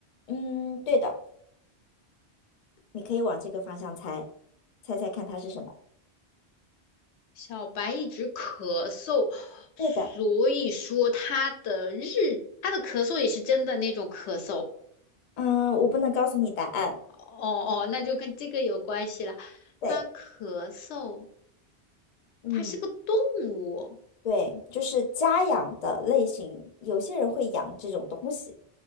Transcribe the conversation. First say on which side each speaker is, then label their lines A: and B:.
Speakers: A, on the left; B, on the left.
A: 嗯，对的，你可以往这个方向猜，猜猜看它是什么？
B: 小白一直咳嗽，
A: 对的，
B: 所以说他的日，他的咳嗽也是真的那种咳嗽。
A: 嗯，我不能告诉你答案，
B: 哦哦，那就跟这个有关系了。
A: 对，
B: 他咳嗽，
A: 嗯。
B: 他是个动物，
A: 对，就是家养的类型，有些人会养这种东西，